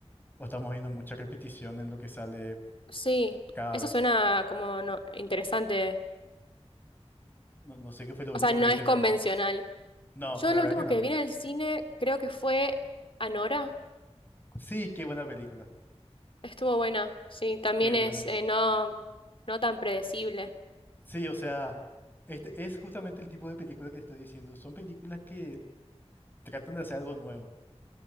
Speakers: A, on the left; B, on the left.
A: o estamos viendo mucha repetición en lo que sale
B: Sí.
A: cada
B: Eso
A: vez.
B: suena como no, interesante.
A: No, no sé qué fue lo último
B: O sea, no
A: que viste
B: es
A: en...
B: convencional.
A: en- No,
B: Yo
A: la
B: lo
A: verdad
B: último
A: que no.
B: que vi en el cine creo que fue Anora.
A: Sí, qué buena película,
B: Estuvo buena. Sí, también
A: qué buena.
B: es eh,
A: pe-
B: no, no tan predecible.
A: Sí, o sea, este es justamente el tipo de película que estoy diciendo. Son películas que tratan de hacer algo nuevo